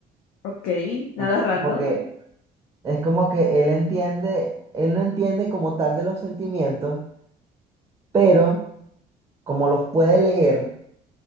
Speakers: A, on the left; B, on the right.
A: Ok, nada
B: Entonces,
A: random,
B: como que, es como que él entiende, él no entiende como tal de los sentimientos, pero como los puede leer.